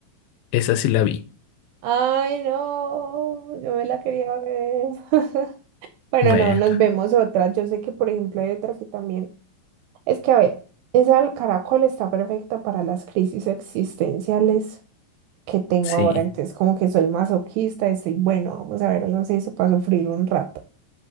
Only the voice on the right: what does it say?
Ay, no, yo me la quería ver. <laughs> Bueno,
no, nos vemos otra. Yo sé que, por ejemplo, hay otra que también. Es que, a ver, esa del caracol está perfecta para las crisis existenciales que tengo
ahora. Entonces, como que soy masoquista, estoy, bueno, vamos a ver, no sé, eso para sufrir un rato.